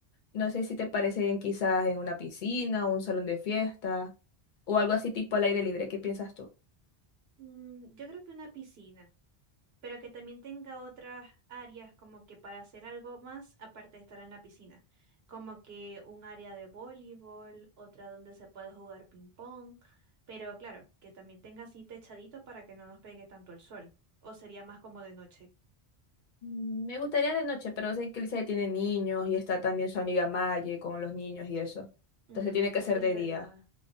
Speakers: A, on the left; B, on the right.
A: No sé si te parece bien quizás en una piscina o un salón de fiesta o algo así tipo al aire libre. ¿Qué piensas tú?
B: Mm, yo creo que una piscina, pero que también tenga otras áreas como que para hacer algo más aparte de estar en la piscina, como que un área de voleibol, otra donde se pueda jugar ping pong, pero claro, que también tenga así techadito para que no nos pegue tanto el sol, o sería más como de noche.
A: Mm, Me gustaría de noche, pero sé que Lisa tiene niños y está también su amiga Maye con los niños y eso.
B: Mm,
A: Entonces tiene que ser
B: sí,
A: de
B: es verdad.
A: día.